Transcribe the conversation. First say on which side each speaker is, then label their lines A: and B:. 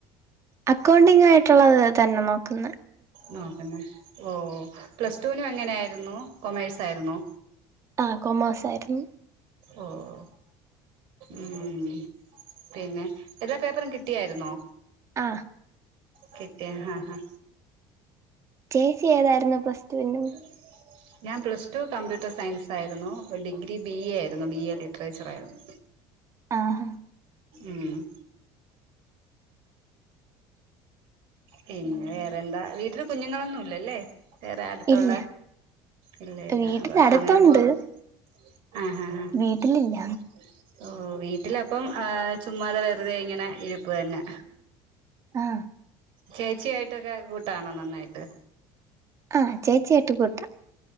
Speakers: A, on the right; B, on the right.
A: അക്കൗണ്ടിങ് ആയിട്ടുള്ളത് തന്നെ നോക്ക്ന്നേ...
B: നോക്ക്ന്നെ ഓ.. പ്ലസ്ടുവിനും എങ്ങനായിരുന്നു കൊമേഴ്സായിരുന്നോ?
A: ആഹ് കൊമോഴ്സായിരുന്നു.
B: ഓഹ്... ഉം പിന്നെ എല്ലാ പേപ്പറും കിട്ടിയായിരുന്നോ?
A: ആഹ്
B: കിട്ടിയ ആഹ് ആഹ്
A: ചേച്ചിയേതായിരുന്നു പ്ലസ് റ്റൂന്
B: <unintelligible> ഞാൻ പ്ലസ് ടു കമ്പ്യൂട്ടർ സയൻസായിരുന്നു ഡിഗ്രി ബി എ ആയിരുന്നു ബി എ ലിറ്ററേച്ചർ ആയിരുന്നു.
A: ആഹ്.
B: ഉം പിന്നെവേറെന്താ
A: പിന്നെ
B: വീട്ടില് കുഞ്ഞുങ്ങളൊന്നുല്ലലെ? വേറെ അടുത്തുള്ള
A: ഇല്ല
B: ഇല്ല ഇല്ല
A: വീട്ടിനടുത്തുണ്ട്
B: ആവ് സമയം പോവാൻ ആഹ് ആഹ്
A: വീട്ടിലില്ല
B: അഹ് ഓഹ് വീട്ടിലപ്പം ചുമ്മാതെ വെറുതെ ഇങ്ങനെ ഇരിപ്പ് തന്നെയാ
A: ആഹ്
B: ചേച്ചിയായിട്ടൊക്കെ കൂട്ടാണോ നന്നായിട്ട്.
A: ആഹ് ചേച്ചിയായിട്ട് കൂട്ടാ